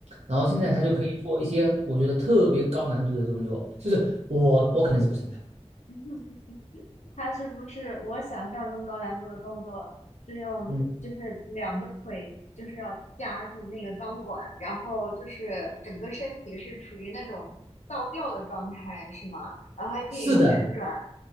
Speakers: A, on the right; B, on the left.
A: 然后现在他就可以做一些我觉得特别高难度的动作，
B: 嗯，
A: 就是我我肯定是不行的，
B: <laughs> 他是不是我想象中高难度的动作是用就是两个腿就是要夹住那个钢管，
A: 嗯，
B: 然后就是整个身体是处于那种倒吊的状态，是吗？然后还可以旋转。
A: 是的，